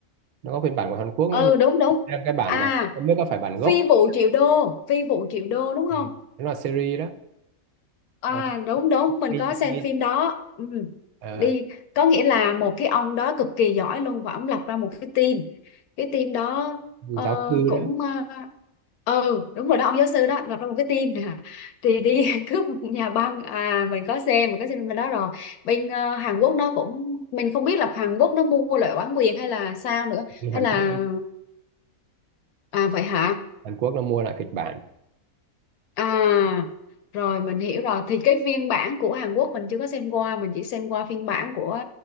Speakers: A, on the right (about 80°); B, on the left (about 85°).
A: nó có phiên bản của Hàn Quốc
B: Ừ
A: nữa nhưng
B: đúng đúng.
A: xem cái bản
B: À,
A: này không biết có phải bản gốc
B: phi vụ
A: không.
B: triệu đô, phi vụ triệu đô đúng không?
A: Ừ. nó là series đó
B: À
A: Ờ,
B: đúng đúng, mình
A: đi
B: có xem
A: thuê,
B: phim đó. Ừ.
A: ờ,
B: Đi có nghĩa là một cái ông đó cực kỳ giỏi luôn và ông lập ra một cái team cái team đó ờ,
A: giáo sư
B: cũng
A: đó
B: ờ, ừ đúng rồi đó ông giáo sư đó lập ra một cái team nè thì đi <laughs> cướp một nhà băng à mình có xem mình có xem bên đó rồi bên ờ, Hàn Quốc nó cũng mình không biết là Hàn Quốc nó mua lại bản quyền hay là sao nữa
A: đi Hàn
B: hay là
A: Quốc
B: à vậy hả
A: Hàn Quốc nó mua lại kịch bản
B: À, rồi mình hiểu rồi. Thì cái phiên bản của Hàn Quốc mình chưa có xem qua, mình chỉ xem qua phiên bản của